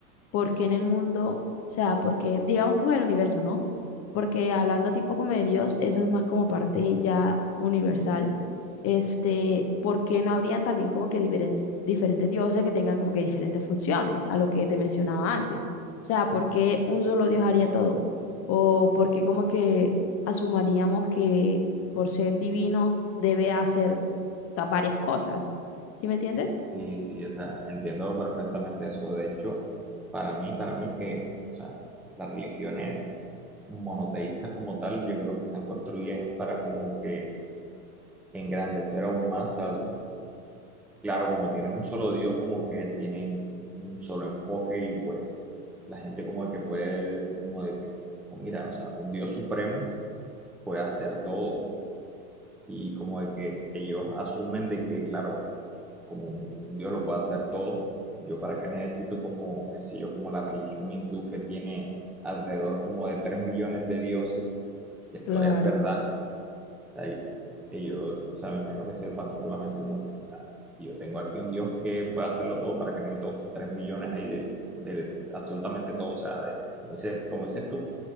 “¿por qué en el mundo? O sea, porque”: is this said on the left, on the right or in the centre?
Left